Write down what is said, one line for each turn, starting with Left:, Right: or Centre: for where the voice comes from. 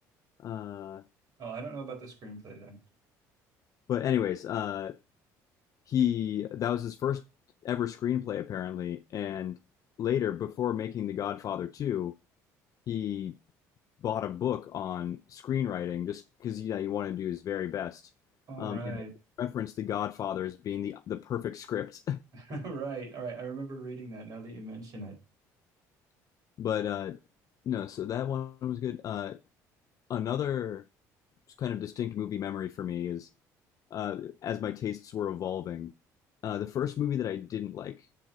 Left: Uh,
Right: Oh, I don't know about the screenplay then.
Left: but anyways, uh, he that was his first ever screenplay apparently, and later, before making The Godfather 2, he bought a book on screenwriting just because you know you want to do his very best.
Right: All
Left: Um,
Right: right.
Left: and they referenced The Godfather as being the the perfect script,
Right: <laughs> All right. All right. I remember reading that now that you mention it.
Left: <laughs> but uh, no, so that one was good. Uh, another kind of distinct movie memory for me is uh, as my tastes were evolving. Uh, the first movie that I didn't like,